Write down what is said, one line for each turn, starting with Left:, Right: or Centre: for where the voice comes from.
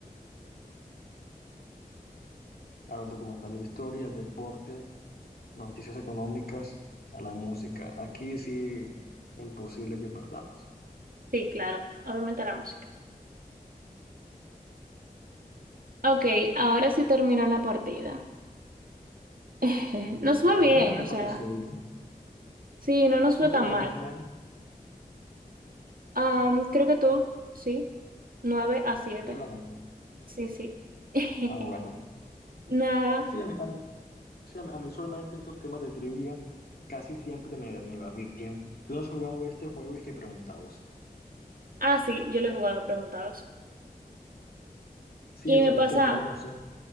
Left: a los documentales de historia, deporte, noticias económicas, a la música. Aquí sí, imposible que perdamos.
Right: Sí, claro. Obviamente la música. Ok, ahora sí terminó la partida. <laughs> Nos fue
Left: Bueno,
Right: bien,
Left: me,
Right: o
Left: me pareció
Right: sea,
Left: bien.
Right: sí, no nos
Left: Sí,
Right: fue tan
Left: ¿quién ganó
Right: mal.
Left: al final?
Right: Am, creo que tú, sí. nueve a siete
Left: Yo gané.
Right: Sí, sí. <laughs>
Left: Ah, bueno.
Right: Nada.
Left: Sí, a mí, a mí, sí, a mí- a mí usualmente estos temas de trivia casi siempre me, me va bien. ¿Tú no has jugado este juego y que preguntados?
Right: Ah, sí, yo lo he jugado a preguntados.
Left: Sí,
Right: Y
Left: usualmente
Right: me pasa,
Left: los juegos, no sé,